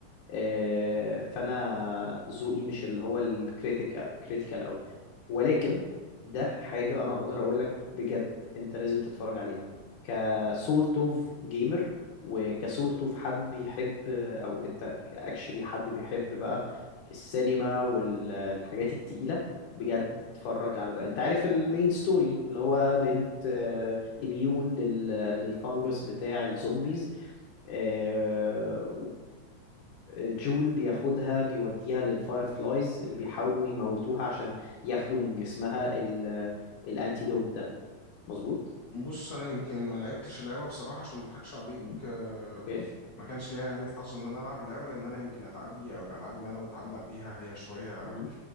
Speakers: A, on the left; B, on the left.
A: آه، فانا ذوقي مش اللي هو الكريتيك كريتيكال قوي ولكن ده حاجه انا اقدر اقول لك بجد انت لازم تتفرج عليها كسورت اوف جيمر وكسورت اوف حد بيحب او انت اكشلي حد بيحب بقى السينما والحاجات التقيله بجد اتفرج على ده انت عارف المين ستوري اللي هو بنت آه، اميون لل- للفانجس بتاع الزومبيز آه، جول بياخدها بيوديها للفاير فلايز اللي بيحاولوا يموتوها عشان ياخدوا من جسمها ال الانتيدوت ده مظبوط
B: بص انا يمكن ما لعبتش اللعبه بصراحه عشان ما اضحكش عليك
A: مم.
B: آه،
A: اوكي
B: ما كانش ليا يعني الحظ ان انا العب اللعبه لان انا يمكن العابي او الالعاب اللي انا بتعلق بيها هي شويه
A: مهم.